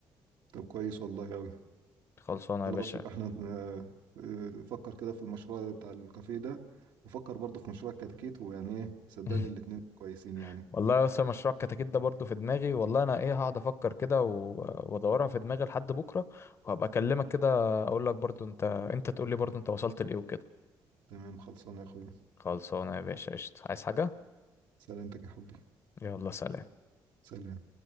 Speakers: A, on the right; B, on the left.
A: طب كويس والله اوي
B: خلصانة
A: خلاص
B: يا باشا
A: يبقى احنا آه، آه، فكر كده في المشروع بتاع الكافيه ده وفكر برضه في مشروع الكتاكيت ويعني ايه صدقني
B: <laughs>
A: الاتنين كويسين يعني
B: والله اصل مشروع الكتاكيت ده برضه في دماغي والله انا ايه هقعد افكر كده و- وادورها في دماغي لحد بكره وهبقى اكلمك كده اقول لك برضه انت انت تقول لي برضه انت وصلت لايه وكده
A: تمام خلصانه يا اخويا
B: خلصانه يا باشا قشطه عايز حاجه
A: سلامتك يا حبي
B: يلا سلام
A: سلام